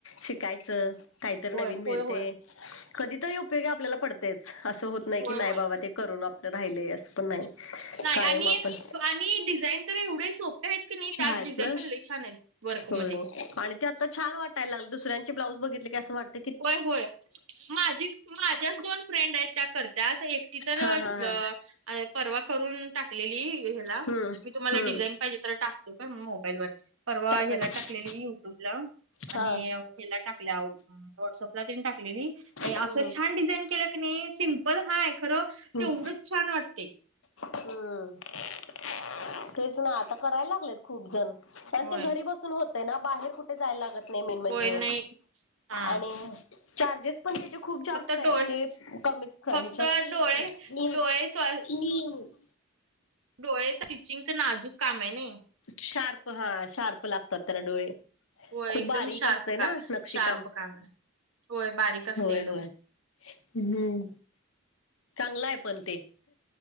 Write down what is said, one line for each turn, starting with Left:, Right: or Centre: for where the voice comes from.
Left: शिकायचं काहीतरी
Right: होय
Left: नवीन मिळते
Right: होय होय.
Left: कधीतरी उपयोगी आपल्याला पडत तेच असं होत नाही
Right: होय
Left: की नाही
Right: होय
Left: बाबा ते करून आपलं राहिले असं पण नाही.
Right: नाही
Left: कायम
Right: आणि
Left: आपण
Right: आणि डिझाईन तर एवढं सोप आहेत की नाही त्यात
Left: आहेत
Right: डिझाईन
Left: ना
Right: पण लई छान आहेत वर्कमध्ये
Left: होय आणि ते आता छान वाटायला लागलं दुसऱ्यांचे ब्लाऊज बघितले की असं वाटं
Right: होय होय माझीच माझ्याच दोन फ्रेंड आहेत त्या करत्यात एकटी तर
Left: हा हा हा
Right: अ परवा करून टाकलेली ह्याला
Left: हम्म
Right: मी तुम्हाला
Left: हम्म
Right: डिझाईन पाहिजे तर टाकतो काय मोबाईलवर. परवा
Left: टाकायचे
Right: याला टाकलेली युट्यूब ला आणि
Left: हा
Right: ह्याला टाकल्या व्हॉट्सअपला तेन टाकलेली
Left: हम्म
Right: असं छान डिझाईन केल्या कनी सिम्पल हाय खरं
Left: हम्म
Right: तेवढेच छान वाटतय
Left: हम्म <inaudible> तेच ना आता करायला लागलेत. खूप जण अन
Right: होय
Left: ते घरी बसून होतय ना बाहेर कुठ जायला लागत नाही मेन म्हणजे
Right: होय नाही हा
Left: आणि चार्जेस पण त्याचे खूप जास्त
Right: फक्त
Left: आहे
Right: डोळे
Left: ते कमी याच्यात
Right: फक्त डोळे डोळे स्व
Left: <unintelligible> <unintelligible>
Right: डोळे स्टिचिंगचं नाजूक काम आहे नाही. <unintelligible>
Left: शार्प हा शार्प लागतात त्याला डोळे. <unintelligible>
Right: होय
Left: खूप
Right: एकदम
Left: बारीक
Right: शार्प
Left: असते ना
Right: का
Left: नक्षीकाम
Right: शार्प काम होय बारीक असते
Left: होय
Right: एकदम.
Left: होय. <unintelligible> हम्म चांगलं आहे पण ते